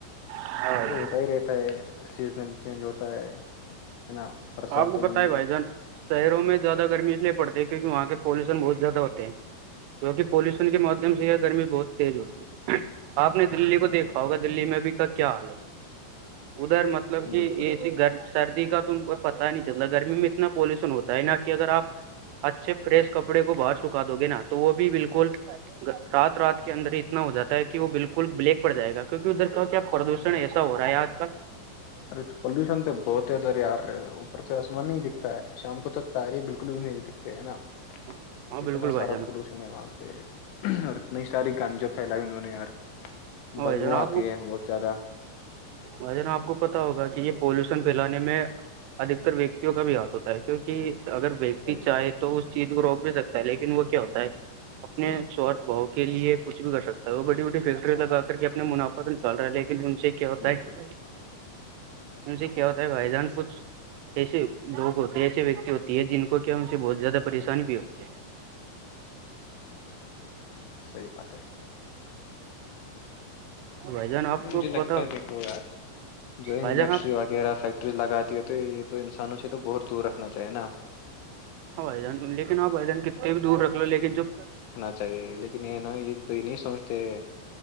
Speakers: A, on the right; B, on the left.
A: ہاں
B: یہ
A: بھائی
B: تو
A: جان
B: ہوتا ہی رہتا ہے سیزنل چینج ہوتا ہے ہے نا ہر سال
A: آپ کو
B: تو یہی
A: بتائی بھائی جان شہروں میں زیادہ گرمی اس لیے پڑتی ہے کیونہ وہاں پالیوشن بہت زیادہ ہوتے ہیں کیونکہ پیوشن کے مادھیم سے یہ گرمی بہت تیز ہوتی ہے آپ نے دللی کو دیکھا ہوگا دلی میں ابھی کا کیا حال ہے ادھر متلب
B: ہے
A: مطلب کہ
B: بالکل
A: ایسی گ سردی کا تم پتا ہی نہیں چللا گرمی میں اتنا پالوشن ہوتا ہے نہ کہ اگر آپ اچھے پریس کپڑے کو باہر سکھا دو گے نا تو وہ بھی بالکل رات رات کے اندر اتنا ہو جاتا ہے کہ وہ بالکل بلیک پڑ جائے گا کیکہ ادھر کا کیا پردوشن
B: ہاں بالکل
A: ایسا ہو رہا ہے آج تل
B: ارے تو پولوشن تو بہت ا دریار اوپر سے آسمان نہیں دکھتا ہے شام کو تو تاہری بالکل بھی نہیں دکھتے ہے نا
A: ہاں
B: اتنا
A: بالکل بھائی
B: سارا
A: جان
B: پوش وہاں پہ اور اتنی ساری گانجا پھیلائی انہوں نے یار
A: ہاں
B: بدبو
A: بھائی جان آپ
B: آتی
A: کو
B: ہے بہت زیادہ
A: بھائی آپ کو پتا ہوگا کہ یہ پولوشن پھیلانے میں ادھکتر ویکتیوں کا بھی ہاتھ ہوتا ہے کیونکہ اگر ویکتی
B: صحیح
A: چاہے
B: ہے
A: تو اس چیز کو روک بھی سکتا ہے لیکن وہ کیا ہوتا ہے اپنے سوارھ بھاؤ کے لیے کچھ بھی کر سکتا ہے وہ بڑی بڑی فیکٹری لگا کر کے اپنے منافع پت نہیں چل رہا ہے لیکن ان سے کیا ہوتا
B: بالکل
A: ہے ان سے کیا ہوتا ہے بھائی جان کچھ ایسے لوگ ہوتے ہیں ایسے ویکتی ہوتی ہے جن کو کیا ان سے بہت زیادہ پریشانی بھی ہوتی ہے
B: صحیح بات ہے
A: <unintelligible>
B: نہیں مجھے لگتا
A: پتا ہوگا
B: ہے دیکھو یار جوگ
A: بھائی
B: انڈسٹری
A: جان آپ
B: والق وغیرہ فیکٹریز لگاتی ہے تو یہ تو انسانوں سے تو بہت دور رکھنا چاہیے نا
A: ہاں بھائی جان لیکن ہاں بھائی جان کتنے بھی دور رکھ لو لیکن جب
B: اہے لیکن یہ ن یہ تو یہ نہیں سمجھتے